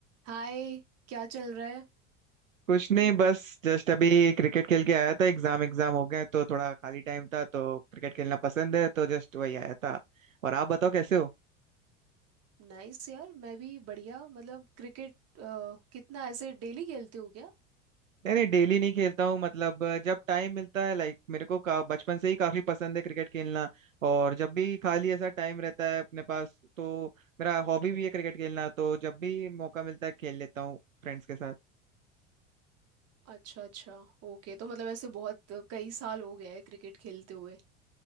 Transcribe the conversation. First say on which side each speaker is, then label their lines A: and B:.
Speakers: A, on the right; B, on the right.
A: हाय क्या चल रहा है
B: कुछ नहीं बस जस्ट अभी क्रिकेट खेल के आया था एग्जाम एग्जाम हो गए तो थोड़ा खाली टाइम था तो क्रिकेट खेलना पसंद है तो जस्ट वही आया था और आप बताओ कैसे हो
A: नाइस यार मैं भी बढ़िया मतलब क्रिकेट कितना ऐसे डेली खेलते हो क्या
B: नहीं नहीं डेली नहीं खेलता हूँ मतलब अ, जब टाइम मिलता है लाइक मेरे को का, बचपन से ही काफी पसंद है क्रिकेट खेलना और जब भी खाली ऐसा टाइम रहता है अपने पास तो मेरा हॉबी भी है क्रिकेट खेलना तो जब भी मौका मिलता है खेल लेता हूँ फ्रेंड्स के साथ
A: अच्छा अच्छा ओके तो मतलब ऐसे बहुत अ, कई साल हो गए हैं क्रिकेट खेलते हुए